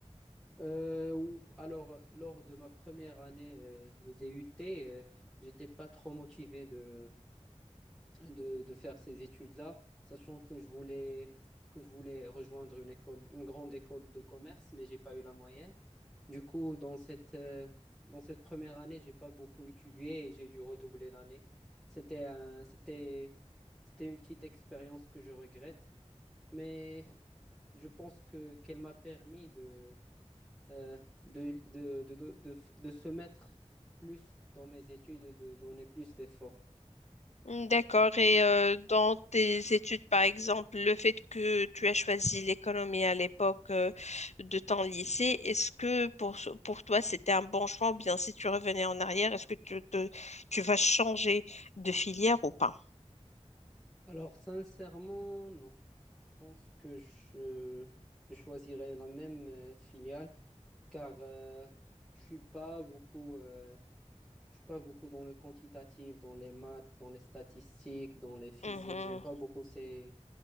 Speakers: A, in the centre; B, on the left.
A: euh, ou- alors, lors de ma première année euh, de DUT, euh, j'étais pas trop motivé de, de, de faire ces études-là, sachant que je voulais, que je voulais rejoindre une école, une grande école de commerce, mais j'ai pas eu la moyenne. Du coup, dans cette, euh, dans cette première année, j'ai pas beaucoup étudié et j'ai dû redoubler l'année. C'était un- c'était, c'était une petite expérience que je regrette, mais je pense que qu'elle m'a permis de, euh, de, de, de, de, de f- de se mettre plus dans mes études, de donner plus d'efforts.
B: Mm, D'accord. Et euh, dans tes études, par exemple, le fait que tu as choisi l'économie à l'époque euh, de ton lycée, est-ce que pour, pour toi c'était un bon choix ou bien si tu revenais en arrière, est-ce que tu, te- tu vas changer de filière ou pas?
A: Alors, sincèrement, non. Je pense que je, je choisirais la même euh, filiale car euh, je suis pas beaucoup. euh, Je suis pas beaucoup dans le quantitatif, dans les maths, dans les statistiques, dans les physiques.
B: Mhm.
A: J'aime pas beaucoup ces,